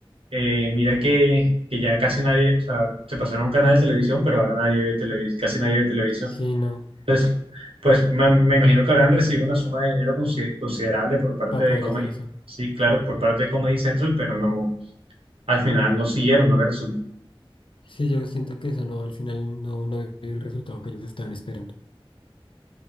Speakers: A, on the right; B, on the left.
A: Eh, mira que, que ya casi nadie, o sea, se pasaron a un canal de televisión, pero ahora nadie ve televisión, casi nadie ve televisión.
B: Sí, no,
A: Entonces, pues me, me imagino que habrán recibido una suma de dinero consi- considerable por parte
B: para
A: de
B: poder
A: Comedy,
B: hacer eso.
A: sí, claro, por parte de Comedy Central, pero no, al final no siguieron, no les resultó.
B: Sí, yo siento que eso no, al final no, no dio el resultado que ellos estaban esperando.